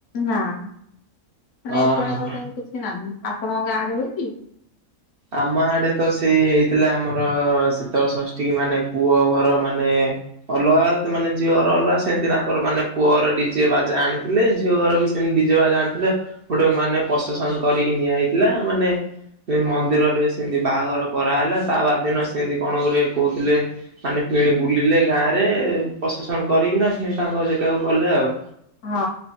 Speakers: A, on the left; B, on the right.
A: ନା ମାନେ
B: ଅହ।
A: ଏପଟେ ତ କାହି କିଛି ନାହିଁ? ଆପଣଙ୍କ, ଗାଁ ରେ ହୁଏକି?
B: ଆମ ଆଡେ ତ ସେଇ ହେଇଥିଲା। ଆମର ଶୀତଳ ଷଷ୍ଠୀ ମାନେ, ପୁଅ ଘର ମାନେ ଅଲଗା ମାନେ, ଝିଅର ଅଲଗା ସେମିତି ତାଙ୍କର ମାନେ ପୁଅର ଡିଜେ ବାଜା ଆଣିଥିଲେ, ଝିଅ ଘର ବି? ସେମ୍ ଡ଼ିଜେ ବାଜ ଆଣିଥିଲେ, ଗୋଟେ ମାନେ ପ୍ରଶେସନ କରିକି ନିଆ ହେଇଥିଲା। ମାନେ ମନ୍ ମନ୍ଦିରରେ ସେମତି ବାହାଘର କରାହେଲା। ତା ବା ଦିନ ସେମିତି କଣ ଗୁରେ କହୁଥିଲେ, ମାନେ ଫିଣି ବୁଲିଲେ। ସେ ଗାଁ ରେ ପ୍ରଶେସନ୍ କରିକିନା ସେ ତାଙ୍କ ଜେଗାକୁ ଗଲେ ଆଉ।
A: ହଁ,